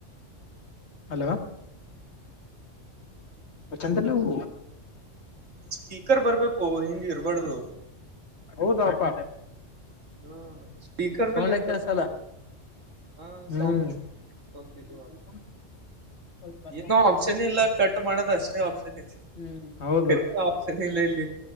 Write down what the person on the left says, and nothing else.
ಹಲೋ ಚಂದಿಲವು.
ಹೌದ ಅಪ್ಪ
ಸೌಂಡೇ
ಕೆಳ್ಸಲ್ಲ
ಹ್ಮ್.
<inaudible>
ಹ್ಮ್ ಹೌದು